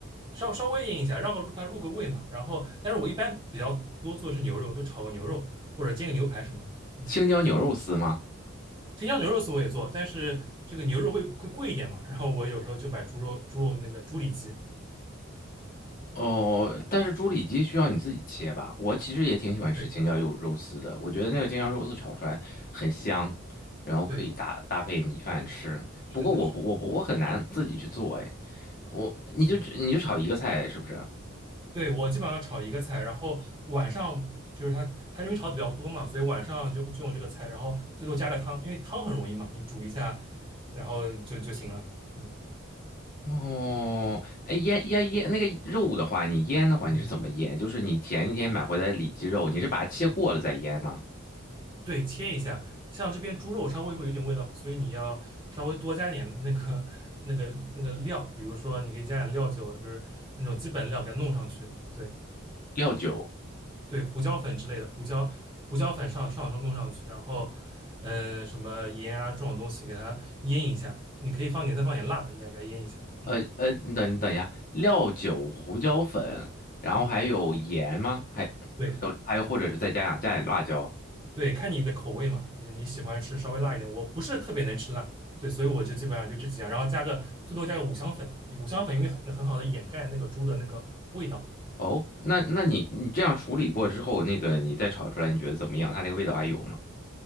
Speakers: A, on the right; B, on the left.
A: 稍稍微腌一下，让个入它入个味嘛。然后，但是我一般比较多做的是牛肉，就炒个牛肉或者煎个牛排什么的。嗯，
B: 青椒牛肉丝吗？
A: 青椒牛肉丝我也做，但是这个牛肉会会贵一点嘛。然后我有时候就买猪肉猪肉那个猪里脊。
B: 哦，但是猪里脊需要你自己切吧？我其实也挺喜欢吃青椒肉肉丝的，
A: 对，
B: 我觉得那个青椒肉丝炒出来很香，
A: 嗯，
B: 然后可以搭搭配米饭吃。
A: 对，是的，
B: 不过我不我不我很难自己去做哎，
A: 是的，
B: 我你就只你就炒一个菜是不是？
A: 嗯，对，我基本上炒一个菜，然后晚上就是它它因为炒的比较多嘛，所以晚上就就用这个菜，然后最后加个汤，因为汤很容易嘛，你煮一下，然后就就行了。嗯
B: 哦，哎，腌腌腌那个肉的话，你腌的话，
A: 嗯
B: 你是怎么腌？就是你前一天买回来的里脊肉，你是把它切过了再腌吗？
A: 嗯。对，切一下。像这边猪肉稍微会有点味道，所以你要稍微多加点那个 <laughs> 那个那个料，比如说你可以加点料酒，就是那种基本料给它弄上去。对
B: 料酒，
A: 对，胡椒粉之类的，胡椒胡椒粉上上上弄上去，然后嗯、呃什么盐啊这种东西给它腌一下。你可以放点再放点辣的，也给它腌一下。嗯
B: 呃呃，你等你等一下，料酒、胡椒粉，然后还有盐吗？
A: 嗯，
B: 还还有还有，
A: 对。
B: 或者是再加点加点辣椒。
A: 对，看你的口味嘛，你你喜欢吃稍微辣一点，我不是特别能吃辣，对，所以我就基本上就这几样，然后加个最多加个五香粉，五香粉因为很很好的掩盖那个猪的那个味道，
B: 哦，那那你你这样处理过之后，
A: 嗯，
B: 那个你再炒出来，你觉得怎么样？它那个味道还有吗？